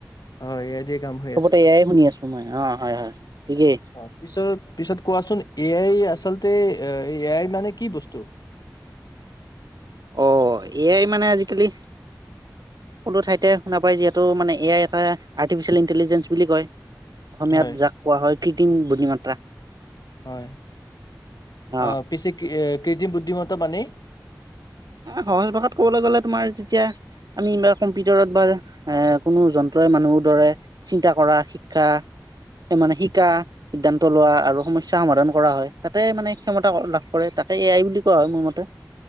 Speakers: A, on the left; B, on the right.
A: হয় এ আই দিয়ে কাম হৈ
B: চবতে এয়াই শুনি আছোঁ মই অ'। হয় হয় হয় ঠিকেই
A: অ পিছত পিছত কোৱাচোন এ আই আচলতে এ এ আই মানে কি বস্তু
B: অ', এ আই মানে আজিকালি সকলো ঠাইতে শুনা পায় যিহেতু মানে এ আই এটা আৰ্টিফিচিয়েল ইণ্টেলিজেঞ্চ বুলি কয়। অসমীয়াত
A: হয়
B: যাক কোৱা হয় কৃটিম বুদ্ধিমত্তা
A: হয়
B: অ',
A: আহ পিছে কি কৃত্ৰিম বুদ্ধিমতা মানে
B: সহজ ভাষাত কবলৈ গলে তোমাৰ যেতিয়া আমি বা কম্পিউটাৰত বা এ কোনো যন্ত্ৰই মানুহৰ দৰে চিন্তা কৰা শিক্ষা মানে শিকা সিদ্ধান্ত লোৱা আৰু সমস্যা সমাধান কৰা হয় তাতে মানে ক্ষমতা লাভ কৰে তাকে এয়াই বুলি কোৱা হয় মোৰ মতে